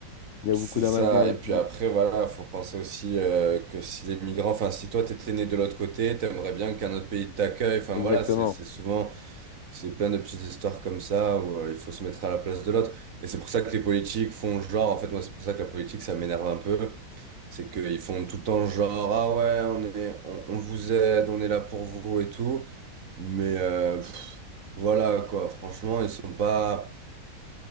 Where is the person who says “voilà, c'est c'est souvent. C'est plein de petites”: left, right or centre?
Right